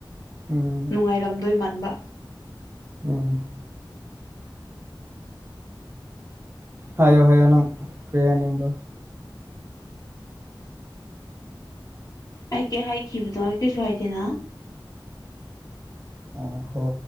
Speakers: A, on the right; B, on the left.
A: ꯎꯝ
B: ꯅꯨꯡꯉꯥꯏꯔꯝꯗꯣꯏ ꯃꯥꯟꯕ
A: ꯎꯝ ꯍꯥꯏꯌꯣ ꯍꯥꯏꯌꯣ ꯅꯪ ꯀ꯭ꯔꯤꯌꯥꯅꯤꯡꯕꯣ
B: ꯑꯩ ꯀꯩ ꯍꯥꯏꯈꯤꯕꯗꯣ ꯀꯩꯁꯨ ꯍꯥꯏꯗꯦꯅ
A: ꯑꯣꯈꯣ